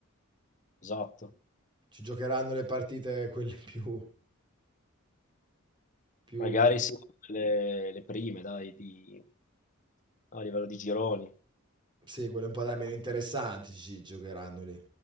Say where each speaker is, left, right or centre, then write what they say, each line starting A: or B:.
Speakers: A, on the left; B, on the right.
A: Esatto.
B: Ci giocheranno le partite quelle <laughs> più, più,
A: Magari sì, le, le prime, dai, di- a livello di gironi.
B: sì, quelle un po' da meno interessanti, ci ci giocheranno lì.